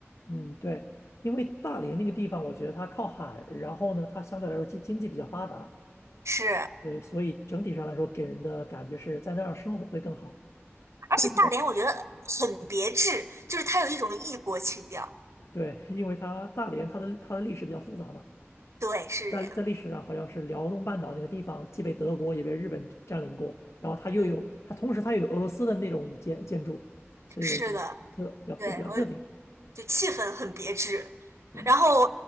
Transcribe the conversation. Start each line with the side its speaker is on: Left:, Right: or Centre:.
Left: 嗯，对，因为大连那个地方，我觉得它靠海，然后呢，它相对来说经经济比较发达，
Right: 是，
Left: 对，所以整体上来说给人的感觉是在那儿生活会更好。
Right: 而且大连我觉得很别致，
Left: 但是我
Right: 就是它有一种异国情调。
Left: 对，因为它大连它的它的历史比较复杂嘛，
Right: 对，是。
Left: 在在历史上好像是辽东半岛那个地方既被德国也被日本占领过，
Right: 这样。
Left: 然后它又有它同时它又有俄罗斯的那种建建筑，
Right: 嗯，
Left: 所以我觉得特比较就比较特别。
Right: 是的，对，我就气氛很别致。
Left: 对，
Right: 然后